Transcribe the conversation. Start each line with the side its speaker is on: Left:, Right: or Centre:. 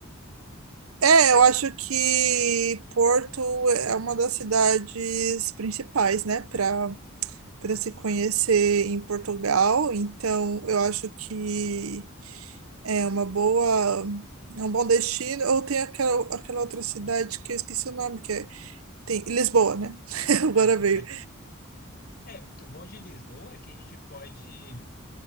Right: É, eu acho que Porto é uma das cidades principais, né, para para se conhecer em Portugal, então eu acho que é uma boa, é um bom destino. Ou tem aquela, aquela outra cidade que eu esqueci o nome, que é, tem Lisboa, né? <laughs> Agora
Left: É.
Right: veio.
Left: É, o bom de Lisboa é que a gente pode